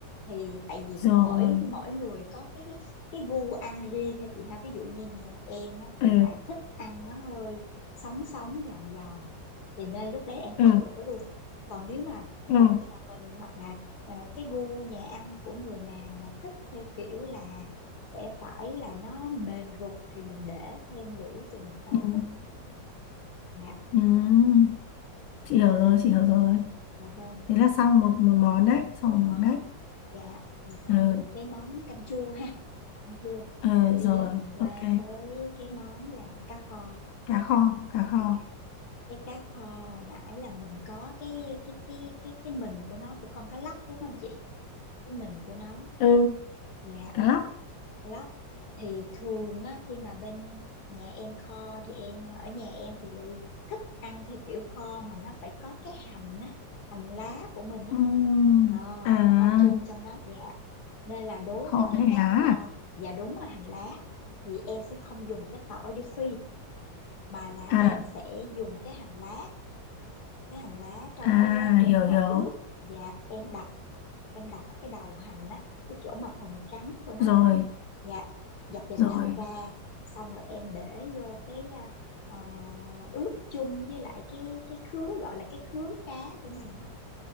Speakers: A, on the left; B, on the left.
A: thì tại vì
B: rồi
A: mỗi mỗi người có cái cái gu ăn riêng ha chị ha ví dụ như nhà em á,
B: ờ
A: thì lại thích ăn nó hơi sống sống giòn giòn thì nên lúc đấy em
B: ờ
A: tắt lửa luôn còn nếu mà
B: ờ
A: ở nhà mình hoặc là ờ, cái gu nhà ăn của người nào mà thích theo kiểu là sẽ phải là nó mềm rục thì mình để thêm lửa chừng một vài
B: ừ
A: phút nữa dạ
B: ừ chị hiểu rồi chị hiểu rồi
A: dạ vâng
B: thế là xong một một món đấy xong
A: một
B: một
A: món
B: món đấy
A: dạ là xong
B: ừ
A: được cái món canh chua ha canh chua
B: ờ
A: rồi bây
B: rồi
A: giờ mình qua
B: ok
A: tới cái món là cá kho
B: cá kho cá kho
A: dạ cái cá kho hồi nãy là mình có cái cái cái cái cái mình của nó của con cá lóc đúng không chị cái mình của nó
B: ừ
A: dạ
B: cá lóc
A: lóc thì thường á, khi mà bên nhà em kho thì em ở nhà em thì lại thích ăn theo kiểu kho mà nó phải có cái hành á hành lá của mình á
B: ừ
A: Ờ,
B: à
A: kho chung trong đó dạ nên là đối
B: kho
A: với cái
B: với hành
A: cá
B: lá
A: kho dạ đúng là hành lá thì em sẽ không dùng cái tỏi để phi mà là
B: à
A: em sẽ dùng cái hành lá cái hành lá trong
B: à
A: cái quá trình
B: à hiểu
A: mà
B: hiểu
A: ướp dạ em đập em đập cái đầu hành á cái chỗ mà phần trắng của nó
B: rồi
A: đó dạ dập dập
B: rồi
A: dập ra xong rồi em để vô cái à, ờ, ướp chung với lại cái cái khứa gọi là cái khứa cá của mình đó,